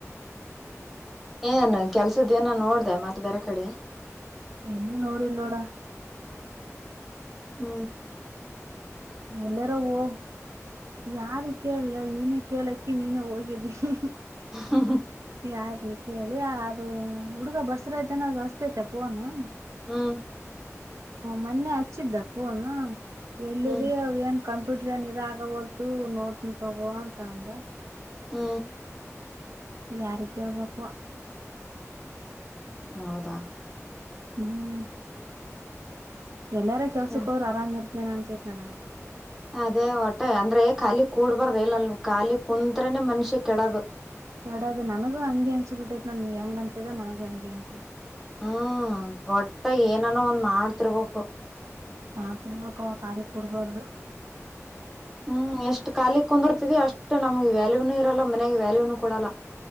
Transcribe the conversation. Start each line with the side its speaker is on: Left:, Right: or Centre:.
Centre: ಏನ್ ಕೆಲ್ಸದೇನ ನೋಡ್ದ ಮತ್ತೆ ಬೇರೆ ಕಡೆ
Right: ಇನ್ನು ನೋಡಿಲ್ಲೋಡ
Centre: ಹ್ಮ
Right: ಎಲ್ಲಾರ ಹೋಗ ಯಾರ ಕೇಳ ನೀನ ಕೇಳಕಿ ನೀನು ಹೋಗಿದ್ದೀನಿ
Centre: ಹ್ಮ
Right: ಯಾರಿ ಕೇಳಿ ಅದು ಹುಡುಗ ಬಸರಾಜನ ಅಚ್ಚಟೈತೆ ಫೋನು
Centre: ಹ್ಮ್
Right: ಮೊನ್ನೆ ಹಚ್ಚಿದಿದ್ದ ಫೋನ್ ಎಲ್ಲಿದೆ
Centre: ಹ್ಮ್
Right: ಅವ ಏನ್ ಡನ್ ಇದ ಆಗಬಲ್ತು ನೋಡ್ತನ ತಗೋ ಅಂತ ಅಂದ
Centre: ಹಾ
Right: ಯಾರ ಕೇಳ್ಬೇಕವ
Centre: ಹೌದಾ
Right: ಹ್ಮ್ ಎಲ್ಲಾರ ಕೆಲ್ಸಕ್
Centre: ಹ್ಮ್
Right: ಹೋದ್ರ ಆರಾಮ ಇರ್ತೇನೆ ಅನ್ಸೈತಿ ಜನರೇ
Centre: ಅದೇ ಹೊಟ್ಟೆ ಅಂದ್ರೆ ಖಾಲಿ ಕೂಡ್ಬಾರ್ದ ಇಲ್ಲಲ್ ಖಾಲಿ ಕುಂತ್ರೆನೇ ಮನುಷ್ಯ ಕೆಡದು
Right: ಕಡೆಗೂ ನನಗೂ ಹಂಗೆ ಅನ್ಸಿ ಬಿಟ್ಟೈ ನ ಹೆಂಗ ಅನ್ಸಿದೆ ನನಗೂ ಹಂಗೆ ಅನ್ಸ
Centre: ಹ್ಮ್ ಒಟ್ಟು ಏನಾನೋ ಒಂದ್ ಮಾಡ್ತಿರರ್ಬೇಕು
Right: ಆ ತಿಂಬ್ರುಳಕಾಯಿ ಖಾಲಿ ಕೂಡುಬಾರದು
Centre: ಹ್ಮ್ ಎಷ್ಟ್ ಖಾಲಿ ಕುಂದಿರ್ತವಿ ಅಷ್ಟ್ ನಮ್ಗ್ ವ್ಯಾಲ್ಯೂನು ಇರಲ್ಲ ಮನೆಯಾಗ ವ್ಯಾಲ್ಯೂನುೂ ಕೊಡಲ್ಲ